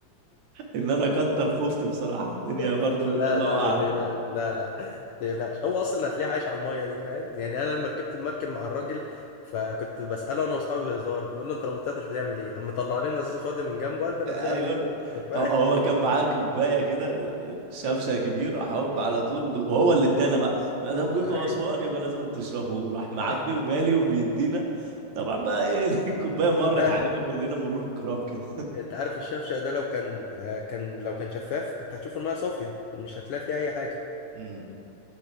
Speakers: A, on the right; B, on the left.
A: ان انا كتر خفت بصراحه الدنيا برضه
B: <laughs> لا
A: بي... الله
B: لا ما
A: اعلم
B: تقلقش لا لا ما تقلقش هو اصلا هتلاقيه عايش على الميه دي فاهم يعني انا لما ركبت المركب مع الراجل فكنت بساله انا واصحابي بهزار بنقول له انت لو ما طلعتش بتعمل ايه؟ قام مطلع لنا ازازه فاضيه من جنبه قال بنزلها
A: ايون
B: في النيل برضه فاهم
A: هو هو كان معاه كوبايه كده شفشه كبير راح هوب على طول وهو اللي ادانا بقى ما دام جيتوا
B: <laughs> ايوه
A: اسوان يبقى لازم تشربوا وراح معبي
B: أيوة.
A: ومالي وبيدينا طبعا بقى ايه <laughs> الكوبايه مرت
B: لا
A: علينا كلنا مرور الكرام كده
B: انت عارف الشفشق ده لو كان آه، كان لو كان شفاف كنت هتشوف المية صافية مش هتلاقي فيها أي حاجة
A: امم